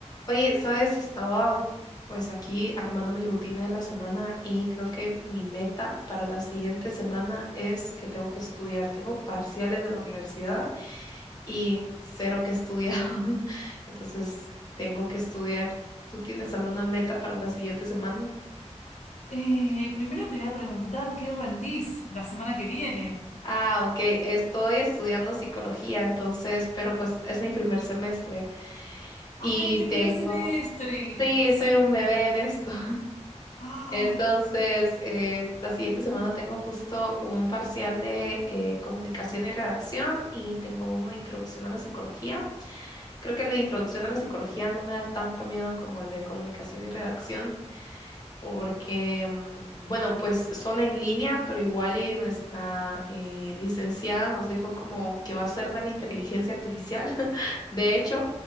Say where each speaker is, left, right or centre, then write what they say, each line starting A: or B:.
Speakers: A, on the left; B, on the left.
A: Oye, sabes, estaba pues aquí armando mi rutina de la semana y creo que mi meta para la siguiente semana es que tengo que estudiar. Tengo parciales de la universidad y cero que estudiar. <laughs> Entonces, tengo que estudiar. ¿Tú tienes alguna meta para la siguiente semana?
B: Eh, primero te voy a preguntar qué rendís la semana que viene.
A: Ah, ok, estoy estudiando psicología, entonces, pero pues es mi primer semestre
B: ¡Ay,
A: y
B: tu
A: tengo,
B: primer semestre!
A: sí,
B: Sí.
A: soy un bebé en esto.
B: ¡Ay!
A: Entonces, eh, la siguiente semana tengo justo un parcial de eh, comunicación y redacción y tengo uno de introducción a la psicología. Creo que el de introducción a la psicología no me da tanto miedo como el de comunicación y redacción porque, mm, bueno, pues son en línea, pero igual y nuestra eh, licenciada nos dijo como que va a ser de la inteligencia artificial, <laughs> de hecho,